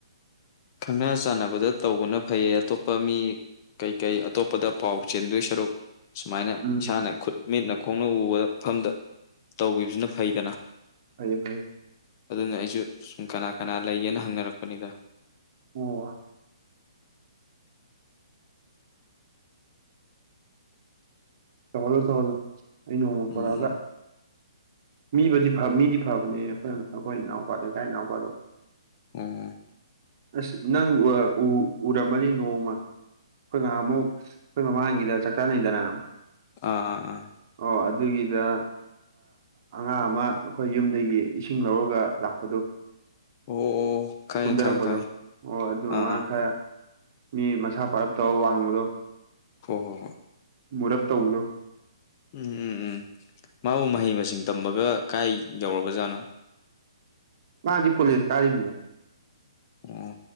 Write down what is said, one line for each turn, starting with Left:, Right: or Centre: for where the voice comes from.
Left: ꯈꯪꯅ ꯆꯥꯟꯅꯕꯗ ꯇꯧꯕꯅ ꯐꯩꯌꯦ ꯑꯇꯣꯞꯄ ꯃꯤ ꯀꯩꯀꯩ ꯑꯇꯣꯞꯄꯗ ꯄꯥꯎ ꯆꯦꯟꯗꯣꯏ ꯁꯔꯨꯛ ꯁꯨꯃꯥꯏꯅ
Right: ꯎꯝ
Left: ꯏꯁꯥꯅ ꯈꯨꯠ ꯃꯤꯠꯅ ꯈꯣꯡꯅ ꯎꯕꯗ ꯃꯐꯝꯗ ꯇꯧꯈꯤꯕꯁꯤꯅ ꯐꯩꯗꯅ
Right: ꯐꯌꯦ ꯐꯌꯦ
Left: ꯑꯗꯨꯅ ꯑꯩꯁꯨ ꯁꯨꯝ ꯀꯅꯥ ꯀꯅꯥ ꯂꯩꯒꯦꯅ ꯍꯪꯅꯔꯛꯄꯅꯤꯗ
Right: ꯑꯣ ꯇꯍꯂꯣ ꯇꯍꯂꯣ ꯑꯩꯅꯣꯡꯃ
Left: ꯎꯝ
Right: ꯄꯨꯔꯑꯒ ꯃꯤꯕꯨꯗꯤ ꯃꯤꯗꯤ ꯐꯕꯅꯦ ꯑꯩꯈꯣꯏ ꯑꯩꯈꯣꯏ ꯏꯅꯥꯎꯄꯥꯗ ꯂꯩꯀꯥꯏ ꯏꯅꯥꯎꯄꯥꯗꯣ
Left: ꯎꯝ
Right: ꯑꯁ ꯅꯪ ꯎꯔꯝꯃꯅꯤ ꯅꯣꯡꯃ ꯑꯩꯈꯣꯏ ꯉꯍꯥ ꯑꯃꯨꯛ ꯑꯩꯈꯣꯏ ꯃꯃꯥꯡꯒꯤꯗ ꯆꯥꯛ ꯆꯥꯅꯩꯗꯅ
Left: ꯑꯥ ꯑꯥ ꯑꯥ
Right: ꯑꯣ ꯑꯗꯨꯒꯤꯗ ꯑꯉꯥꯡ ꯑꯃ ꯑꯩꯈꯣꯏ ꯌꯨꯝꯗꯒꯤ ꯏꯁꯤꯡ ꯂꯧꯔꯒ ꯂꯥꯛꯄꯗꯨ
Left: ꯑꯣ ꯈꯪꯉꯦ
Right: ꯀꯨꯝꯊꯔꯛꯄꯗꯣ
Left: ꯈꯪꯉꯦ ꯈꯪꯉꯦ
Right: ꯑꯣ ꯑꯗꯨ
Left: ꯑꯥ
Right: ꯑꯉꯥ
Left: ꯑꯥ
Right: ꯈꯔ ꯃꯤ ꯃꯁꯥ ꯄꯥꯔꯞ ꯇꯔ ꯋꯥꯡꯕꯗꯣ
Left: ꯍ ꯍꯣ ꯍ
Right: ꯃꯔꯞ ꯇꯧꯕꯗꯣ
Left: ꯎꯝ ꯎꯝ ꯎꯝ ꯃꯥꯕꯨ ꯃꯍꯩ ꯃꯁꯤꯡ ꯇꯝꯕꯒ ꯀꯥꯏ ꯌꯧꯔꯕꯖꯥꯠꯅꯣ
Right: ꯃꯥꯖꯤ ꯀꯣꯂꯤꯁ ꯀꯥꯔꯤꯅꯦ
Left: ꯑꯣ